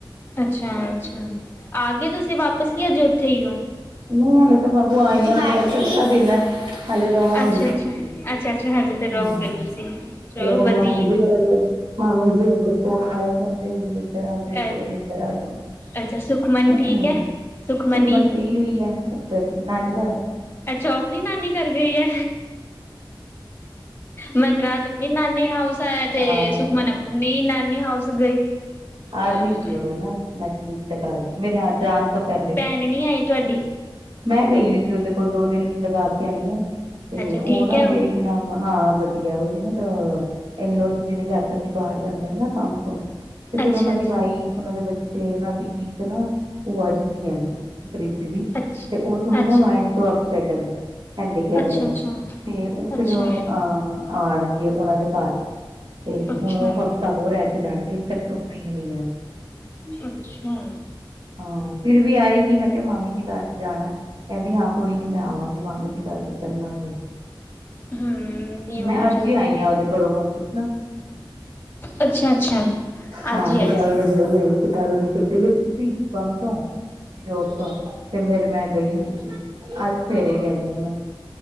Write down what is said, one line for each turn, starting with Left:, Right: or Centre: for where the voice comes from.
Left: ਅੱਛਾ, ਅੱਛਾ ‌, ਆ ਗਏ ਤੁਸੀਂ ਵਾਪਿਸ ਕਿ ਅਜੇ ਉੱਥੇ ਹੀ ਹੋ।
Right: ਨਹੀਂ ਹਾਲੇ ਤਾਂ ਬਾਾਬੂ ਆਈਆਂ ਚੌਥਾ ਦਿਨ। ਹੈਲੋ ਡਾੱਨ,
Left: ਅੱਛਾ-ਅੱਛਾ, ਅੱਛਾ-ਅੱਛਾ ਹਜੇ ਤੇ
Right: <unintelligible>
Left: ਰਹੋਗੇ ਤੁਸੀਂ ਚਲੋ
Right: ਹੁਣ
Left: ਵਧੀਆ
Right: ਮਾਮਾ ਜੀ ਵਰਗੇ। ਹਾਂ ਮਮੀ ਜੀ ਆਪਣੇ ਫੋਨ ਆ ਰਹੇ। <unintelligible> ਕਪੜੇ ਗਿਲੇ ਜਰਾ ਤੁਸੀ ਇੱਕ
Left: ਅ
Right: ਵਾਰੀ ਇੱਧਰ ਆ ਜਾਓ
Left: ਅੱਛਾ ਸੁਖਮਨ
Right: ਹੈਂ
Left: ਠੀਕ ਹੈ, ਸੁਖਮਨੀ
Right: ਸੁਖ ਬਣ ਗਈ ਹੋਈ। ਉੱਤਰ ਨਾਨੀ ਘਰ।
Left: ਅੱਛਾ। ਉਹ ਆਪਣੀ ਨਾਨੀ ਘਰ ਗਈ ਹੈ। ਮਨਰਾਜ ਆਪਣੀ ਨਾਨੀ ਹਾਊਸ ਆਇਆ ਤੇ
Right: ਹਾਂ
Left: ਸੁਖਮਨ ਆਪਣੀ ਨਾਨੀ ਹਾਊਸ ਗਈ। ਅ
Right: ਆਜ ਕੀ ਹੋ ਨਾ ਨੈਕਸਟ ਵੀਕ ਤੱਕ ਆ ਜਾ ਮੇਰੇ ਅਜ ਆਣ ਤੋਂ ਪਹਿਲੇ
Left: ਨ ਆਏ ਤੁਹਾਡੀ।
Right: ਮੈਂ ਗਈ ਹੋਈ ਸੀ ਉਹਦੇ ਕੋਲ ਦੋ ਦਿਨ ਲਗਾ ਕੇ ਆਈ ਹਾਂ ਤੇ
Left: ਅੱਛਾ
Right: ਉਹ
Left: ਠੀਕ
Right: ਨਾ
Left: ਹੈ
Right: ਉਹਦੇ ਕੀ ਨਾਮ ਹਾਂ ਵਆ। ਉਹਦੀ ਨਾ ਤਾਂ ਇੰਲੋਸ ਜਿਵੇਂ ਚਾਚਾ ਜੀ ਬਾਹਰ ਜਾਂਦੇ ਨਾ ਕੰਮ ਤੋਂ। ਤੇ ਫੇਿਰ
Left: ਅੱਛਾ
Right: ਉਹਨਾਂ ਦੀ
Left: ਜੀ,
Right: ਵਾਈਫ ਉਹਨਾਂ ਦੇ ਬੱਚੇ ਉਹਨਾਂ ਦੀ ਇਕ ਨਾ ਭੂਆਜੀ ਵੀ ਹੈ ਪ੍ਰੀਤੀ ਦੀ।
Left: ਅੱਛਾ,
Right: ਤੇ ਉਹ ਥੋੜੇ
Left: ਅੱਛਾ
Right: ਨਾ ਮਾਇੰਡ
Left: ਜੀ।
Right: ਤੋਂ ਅਪਸੈਟ। ਸਾਡੇ ਟੈਮ
Left: ਅੱਛਾ-ਅੱਛਾ,
Right: ਟੈਮ ਤੇ ਉਹ
Left: ਅੱਛਾ,
Right: ਫੇਰ ਉਹ ਆਹ ਆਣਗੇ ਉਹਨਾਂ ਦੇ ਘਰ ਤੇ
Left: ਅੱਛਾ,
Right: ਹੁਣ ਉਹ ਤਾਂ ਉਹ ਰੈ ਕੇ ਜਾਣਗੇ ਇਸ ਕਰਕੇ ਮੈ ਫ੍ਰਰੀ ਨਹੀਂ ਹਾਂ।
Left: ਅੱਛਾ।
Right: ਹਾਂ, ਫੇਰ ਵੀ ਆਏਗੀ, ਮੈਂ ਕਿਹਾ ਮਾਮੀ ਜੀ ਘਰ ਜਾਣਾ ਏ, ਕਹਿੰਦੀ ਹਾਂ ਕੋਈ ਨੀ ਮੈਂ ਆਵਾਂਗੀ। ਨੀ ਮਾਮੇ ਦੀ ਬਾਈਕ ਤੇ ਚੱਲਾਂਗੇ।
Left: ਹੂੰ ਨਹੀਂ ਉਹ
Right: ਮ
Left: ਵੀ
Right: ਅੱਜ
Left: ਜ਼ਰੂਰੀ
Right: ਹੀ ਆਈ ਆ ਉਹਦੇੋਂ ਘਰੋ ਵਾਪਿਸ ਨਾ।
Left: ਅੱਛਾ ਅੱਛਾ
Right: ਹਾਂ,
Left: ਅੱਜ ਹੀ
Right: ਮੈਂ
Left: ਆਏ
Right: ਕਲ
Left: ਸੀ
Right: <unintelligible> ਹੋਈ। ਕਲ ਤਾਂ ਛੁੱਟੀ ਲਿਤੀ ਕੰਮ ਤੋਂ ਜੋਬ ਤੋਂ ਤੇ ਫੇਰ ਮੈਂ ਗਈ ਹੋਈ ਸੀ, ਅੱਜ ਸਵੇਰੇ ਹੀ ਗਈ ਹਾ ਮੈਂ।